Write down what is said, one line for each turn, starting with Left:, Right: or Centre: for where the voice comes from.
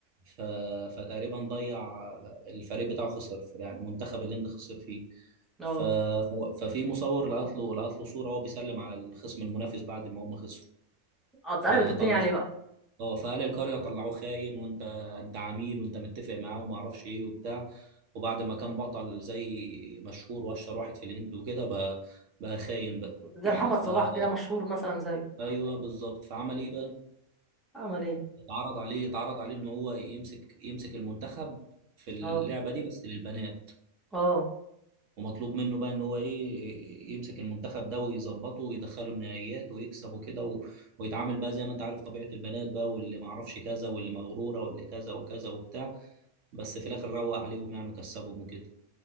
Right: ف... فتقريبا ضيع الفريق بتاعه خسر يعني منتخب الهند خسر فيه
Centre: اه
Right: ف... ف- ففي مصور لقط له لقط له صورة وهو بيسلم على الخصم المنافس بعد ما هم خسروا
Centre: اه اتقلبت
Right: فطلع
Centre: الدنيا عليه بقى
Right: اه فقال القرية طلعوه خاين وانت انت عميل وانت متفق معاه وما اعرفش ايه وبتاع وبعد ما كان بطل زي مشهور واشهر واحد في الهند وكده بقى بقى خاين بقى
Centre: زي
Right: <clears throat>
Centre: محمد صلاح كده مشهور مثلا زيه
Right: ايوه بالظبط فعمل ايه بقى
Centre: عمل ايه
Right: اتعرض عليه اتعرض عليه ان هو يمسك يمسك المنتخب في اللعبه
Centre: اه
Right: دي بس للبنات
Centre: اه
Right: ومطلوب منه بقى ان هو ايه يمسك المنتخب ده ويظبطه ويدخله النهائيات ويكسب وكده و... ويتعامل بقى زي ما انت عارف طبيعه البنات بقى واللي ما اعرفش كذا واللي مغروره واللي كذا وكذا وبتاع بس في الاخر روق عليهم يعني وكسبهم وكده